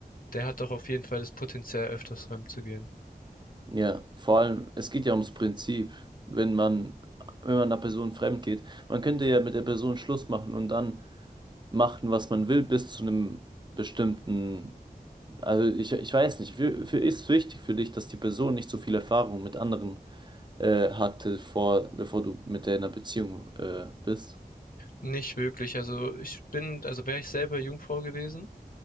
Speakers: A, on the left; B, on the right.
A: der hat doch auf jeden Fall das Potenzial, öfters fremd zu gehen.
B: Ja, vor allem, es geht ja ums Prinzip. Wenn man, wenn man einer Person fremd geht, man könnte ja mit der Person Schluss machen und dann machen, was man will, bis zu einem bestimmten, also ich, ich weiß nicht, für, für, ist wichtig für dich, dass die Person nicht so viel Erfahrung mit anderen äh, hatte, vor, bevor du mit der in einer Beziehung äh, bist.
A: Nicht wirklich. Also ich bin, also wäre ich selber Jungfrau gewesen,